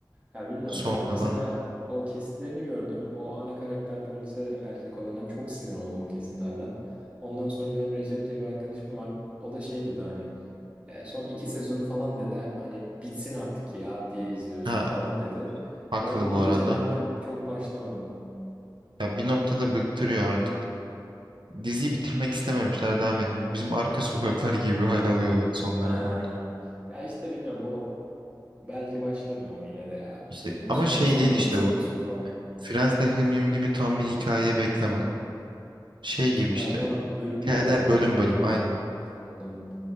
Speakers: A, on the right; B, on the right.
A: Ya bilmiyorum.
B: Sonradan
A: Ben mesela o kesitlerini gördüm. O ana karakter polise erkek olana çok sinir oldum o kesitlerden. Ondan sonra benim Recep diye bir arkadaşım var. O da şey dedi hani "E, son iki sezonu falan dedi hani bitsin artık ya diye izliyorsun
B: ha
A: falan dedi.
B: haklı
A: Öyle
B: bu
A: deyince
B: arada.
A: ben de çok başlamadım.
B: Ya bir noktada bıktırıyor artık. Diziyi bitirmek istememişler devam edin. Bizim arka sokaklar gibi bir hal alıyor evet sonlara
A: Ha.
B: doğru.
A: Ya işte bilmiyorum o belki başlarım ama yine de ya.
B: İşte
A: Diyorsun
B: ama
A: yani
B: şey
A: sonradan
B: değil işte
A: ısınıyorsun
B: bu.
A: falan.
B: Friends'te Hım Yım gibi tam bir hikaye bekleme. Şey gibi
A: Ha
B: işte.
A: daha bölük
B: Hikayeler
A: bölük mü?
B: bölüm bölüm aynen.
A: Anladım.